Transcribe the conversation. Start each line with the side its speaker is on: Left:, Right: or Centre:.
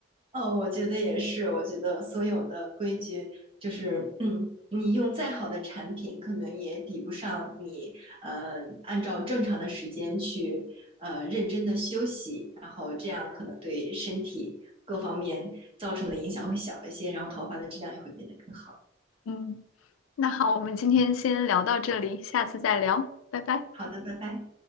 Right: 哦，我觉得也是。我觉得所有的规矩，就是，嗯，你用再好的产品，可能也抵不上你，呃，按照正常的时间去，呃，认真的休息，然后这样可能对身体各方面造成的影响会小一些，然后头发的质量也会变得更好。
Left: 嗯，那好，我们今天先聊到这里，下次再聊，拜拜。
Right: 好的，拜拜。